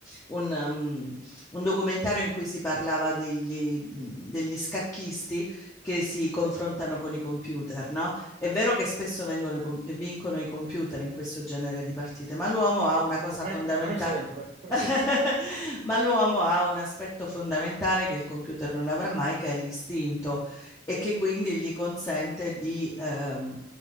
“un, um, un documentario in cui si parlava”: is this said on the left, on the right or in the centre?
Left